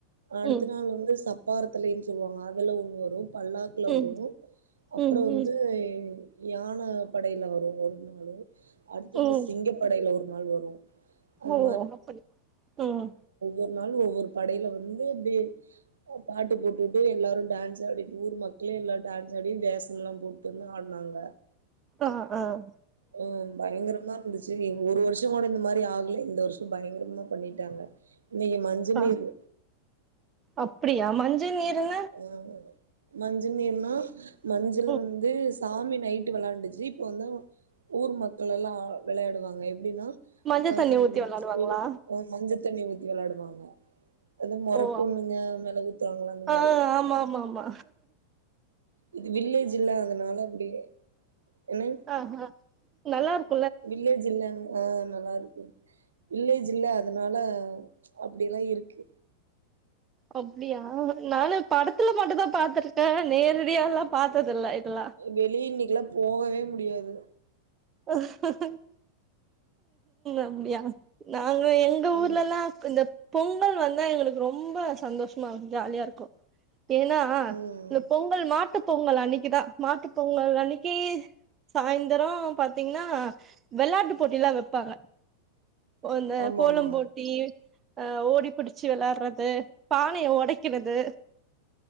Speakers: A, on the right; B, on the right.
A: அடுத்த
B: ம்
A: நாள் வந்து சப் பாரத்துலைன்னு சொல்லுவாங்க அதெல்லா ஒன்னு வரும் பல்லாக்குல
B: ம்
A: வருவு அப்புரோ
B: ம் ம்
A: வந்து யான படையில வருவு ஒரு நாளு அடுத்தது
B: ம்
A: சிங்கப்படையில வரு நாள் வரு அது
B: ஓ அப்படி உம்
A: ஒரு நாள் ஒவ்வொரு படையில வந்து அப்டியே பாட்டு போட்டுட்டு எல்லாரு டான்ஸ் ஆடிட்டு ஊர் மக்களே எல்லா டான் ஸாடி வேசம்லா போட்டு வந்து ஆடுனாங்க
B: ஆஹ் ஆஹ்
A: ஹ்ம் பயங்கரமா இருந்துச்சு ஒரு வருஷ கொஞ்சங் கோட இந்த மாரி ஆகலை இந்த வர்ஷோ பயங்கரமா பண்ணிட்டாங்க இன்னைக்கு மஞ்சநீரு
B: ஆ அப்படியா மஞ்சள் நீருனா
A: ஆஹ் மஞ்ச நீர்னா மஞ்சள
B: ம்
A: வந்து சாமி நைட்டு விளையாண்டுச்சு இப்போ வந்து ஊர் மக்கள் எல்லா விளையாடுவாங்க எப்டின்னா
B: மஞ்ச
A: அஹ்
B: தண்ணி ஊத்தி வெளாடுவாங்களா
A: ஒரு அ மஞ்சள் தண்ணி ஊத்தி விளாடுவாங்க அது மொரப்
B: ஓ
A: பொண்ணுங்க மேல ஊத்துவாங்கள அந்த
B: ஆ
A: மாரி
B: ஆமா ஆமா ஆமா
A: இது வில்லேஜ் இல்ல அதனால அப்டி ஏன்னா
B: ஆஹ்ஹ நல்லா இருக்
A: வில்லேஜ் இல்ல ஆஹ் நல்லா இருக்கு வில்லேஜ் இல்ல அதனால அப்படி எல்லா இருக்கு
B: அப்படியா நானு படத்துல மட்டுந்தா பாத்திருக்கே நேரடியால்லா பாத்ததில்ல இதெல்லா
A: வெளிய இன்னி க்லா போகவே முடியாது
B: உம் அப்டியா நா ங்க எங்க
A: ம்
B: ஊர்லல்லா இந்த பொங்கல் வந்தா எங்களுக்கு ரொம்ப சந்தோஷமா இருக்கு ஜாலியா இருக்கு ஏன்னா
A: ம்
B: இந்த பொங்கல் மாட்டு பொங்கல் அன்னிக்குதா மாட்டு பொங்கல் அன்னைக்கு சாயந்தர பத்து பாத்தீங்கன்னா வெளாட்டு போட்டி எல்லா வெப்பாங்க அந்த
A: ஆமா
B: கோலம்
A: ஆமா
B: போட்டி அஹ் ஓடி பிடிச்சு வெளாடுறது பானைய ஒடைக்கிறது